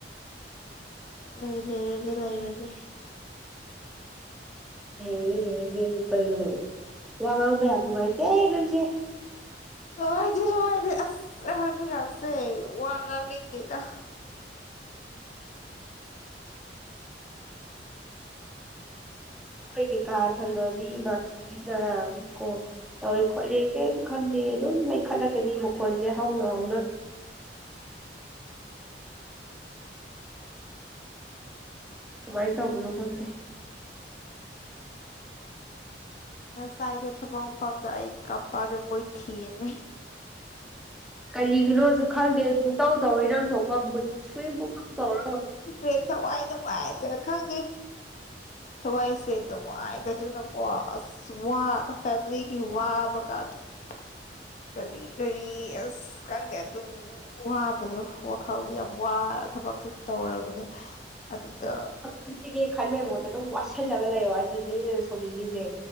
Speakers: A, on the left (about 40°); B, in the centre.
A: ꯑꯩ ꯂꯩꯔꯒꯦ ꯂꯩꯔꯒꯦ
B: ꯂꯩꯔꯒꯦ ꯂꯩꯔꯒꯦꯕꯨ ꯀꯩꯅꯣ ꯋꯥ ꯉꯥꯡꯕ ꯌꯥꯝ ꯅꯨꯡꯉꯥꯏꯇꯦ ꯅꯪꯖꯦ꯫
A: ꯍꯣꯏꯗꯤ ꯍꯣꯏꯗꯤ ꯑꯁ ꯑꯩ ꯍꯧꯖꯤꯀꯥꯟꯁꯦ ꯋꯥ ꯉꯥꯡꯅꯤꯡꯗꯦꯗ꯫
B: ꯈꯣꯏꯒꯤ ꯀꯥ ꯊꯪꯅꯕꯤ ꯏꯃꯥꯟꯅꯕꯤꯅ ꯃꯤ ꯀꯣꯜ ꯇꯧꯋꯤ ꯈꯣꯠꯂꯤ ꯀꯩꯝ ꯈꯪꯗꯦ ꯑꯗꯨꯝ ꯂꯩꯈꯠꯂꯛꯀꯅꯤ ꯃꯈꯣꯟꯖꯦ ꯍꯧꯅ ꯍꯧꯅ꯫ ꯀꯃꯥꯏꯅ ꯇꯧꯕꯅꯣ ꯈꯪꯗꯦ꯫
A: <inaudible> ꯉꯁꯥꯏꯗꯣ ꯊꯕꯛ ꯃꯐꯝꯗ ꯑꯩ ꯀꯞꯄꯗꯣ ꯃꯣꯏ ꯊꯦꯝꯃꯦ
B: ꯀꯔꯤꯒꯤꯅꯣꯖꯨ ꯈꯪꯗꯦ ꯄꯨꯡꯇꯧ ꯇꯧꯏ ꯅꯪꯊꯣꯛꯄ ꯃꯨꯠ ꯁ꯭ꯋꯤꯡ ꯄꯨꯡꯇꯧ ꯇꯧꯔ
A: ꯍꯦ ꯊꯋꯥꯏ ꯅꯨꯡꯉꯥꯏꯇꯦ ꯈꯪꯗꯦ ꯊꯋꯥꯏꯁꯦ ꯅꯨꯡꯉꯥꯏꯇꯗꯅ ꯀꯦ ꯑꯁ ꯋꯥ ꯑ ꯐꯦꯝꯂꯤꯒꯤ ꯋꯥ ꯃꯀꯥ ꯑꯗꯨꯒꯤ ꯀꯔꯤ ꯀꯔꯤ ꯑꯁ ꯈꯪꯗꯦ ꯑꯗꯨꯝ ꯋꯥꯕꯗꯣ꯫ ꯋꯥꯈꯜꯗꯤ ꯌꯥꯝ ꯋꯥ ꯊꯕꯛꯁꯨ ꯇꯧꯔꯕꯅꯦ ꯑꯗꯨꯗ
B: ꯈꯟꯒꯦ ꯈꯟꯕꯩ ꯃꯍꯨꯠꯇ ꯑꯗꯨꯝ ꯋꯥꯠꯁꯤꯜꯂꯒ ꯂꯩꯌꯣ ꯑꯗꯨꯗꯨꯗ ꯑ ꯁꯧꯅꯤꯡꯉꯤꯁꯦ